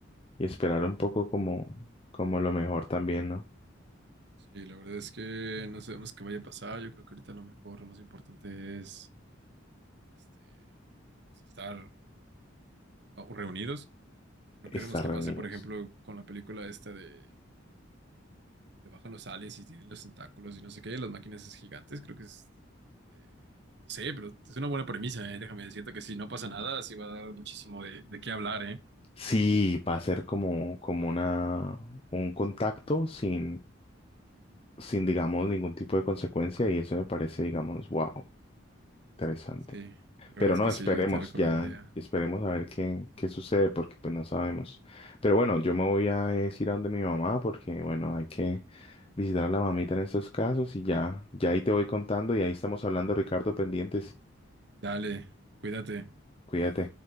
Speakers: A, on the left; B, on the right.
A: y esperar un poco como, como lo mejor también, ¿no?
B: Sí, la verdad es que no sabemos qué vaya a pasar. Yo creo que ahorita lo mejor, lo más importante es, este, pues estar reunidos. No queremos
A: Estar
B: que
A: reunidos.
B: pase, por ejemplo, con la película esta de... donde bajan los aliens y tienen los tentáculos y no sé qué, las máquinas es gigantes, creo que es... eh, no sé, pero es una buena premisa, ¿eh? Déjame decirte que si no pasa nada, sí va a dar muchísimo de, de qué hablar, ¿eh?
A: Sí, va a ser como, como una, un contacto sin, sin, digamos, ningún tipo de consecuencia y eso me parece, digamos, wow, interesante.
B: Sí, la
A: Pero
B: verdad es
A: no,
B: que
A: esperemos,
B: sí, yo te recomendaría.
A: ya esperemos a ver qué, qué sucede, porque pues no sabemos. Pero bueno, yo me voy a es, ir a donde mi mamá, porque bueno, hay que visitar a la mamita en estos casos y ya, ya ahí te voy contando y ahí estamos hablando, Ricardo, pendientes.
B: Dale, cuídate.
A: Cuídate.